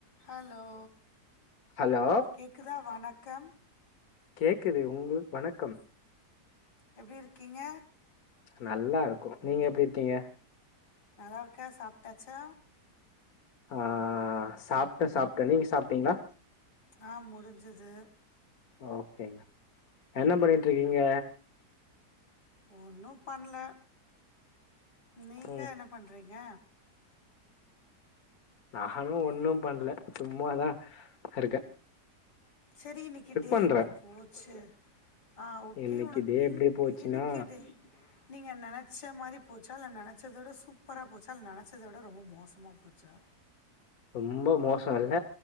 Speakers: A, on the left; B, on the left.
A: Hello
B: hello
A: கேக்குதா வணக்கம்
B: கேக்குது உங்கள் வணக்கம்
A: எப்டி இருக்கீங்க
B: நல்லா இருக்கோ நீங்க எப்டி இருக்கீங்க
A: நல்லா இருக்க சாப்ட்டாச்சா
B: ஆ சாப்ட்ட சாப்ட்ட நீங்க சாப்ட்டீங்ளா
A: ஆ முடிஞ்சுது
B: ஓகே என்ன பண்ணிட்ருக்கீங்க
A: ஒன்னும் பண்ணல நீங்க
B: ம்
A: என்ன பண்றீங்க
B: நானு ஒன்னும் பண்ல சும்மாதா இருக்க
A: சேரி இன்னைக்கு டே
B: பண்றே
A: எப்படி போச்சு ஆ ஓகே
B: இன்னைக்கு
A: ஒனக்கு
B: டே
A: இன்
B: எப்டி போச்சுன்னா
A: இன்னைக்கு டே நீங்க நனச்ச மாரி போச்சா இல்ல நனச்சதோட சூப்பரா போச்சா இல்ல நனச்சதோட ரொம்ப மோசமா போச்சா
B: ரொம்ப மோசோ இல்ல